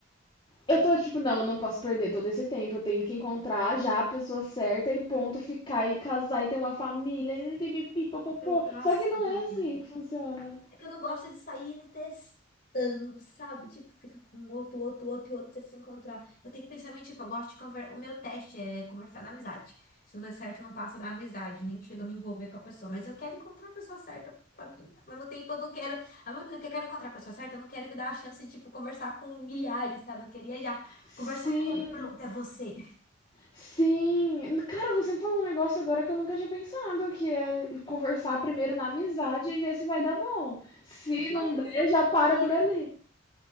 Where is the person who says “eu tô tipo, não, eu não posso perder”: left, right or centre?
Left